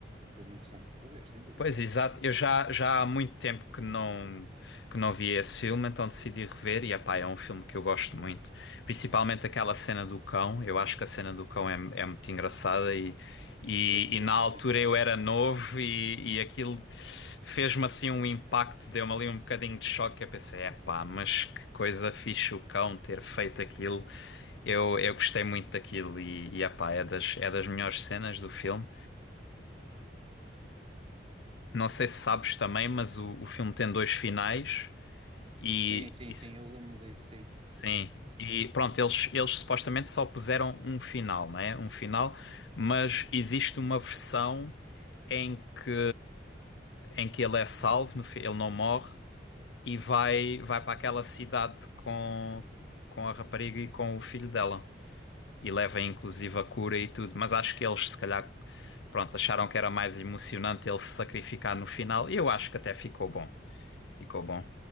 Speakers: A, on the right; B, on the left.
A: filme interessante de rever, sem dúvida.
B: Pois, exato. Eu já, já há muito tempo que não, que não vi esse filme, então decidi rever e, epá, é um filme que eu gosto muito. Principalmente aquela cena do cão. Eu acho que a cena do cão é, é muito engraçada e, e,
A: Sim, sim,
B: e na altura
A: sim.
B: eu era novo e, e aquilo fez-me assim um impacto, deu-me ali um bocadinho de choque. Eu pensei, epá, mas que coisa fixe o cão ter feito aquilo. Eu, eu gostei muito daquilo e, e epá, é das, é das melhores cenas do filme. Não sei se sabes também, mas o, o filme tem dois finais e,
A: Sim, sim,
B: e s-
A: sim, eu lembro-me disso, sim.
B: sim. E pronto, eles, eles supostamente só puseram um final, não é? Um final, mas existe uma versão em que em que ele é salvo, no fi- ele não morre e vai vai para aquela cidade com com a rapariga e com o filho dela e leva inclusive a cura e tudo, mas acho que eles se calhar pronto, acharam que era mais emocionante ele se sacrificar no final e eu acho que até ficou bom. Ficou bom.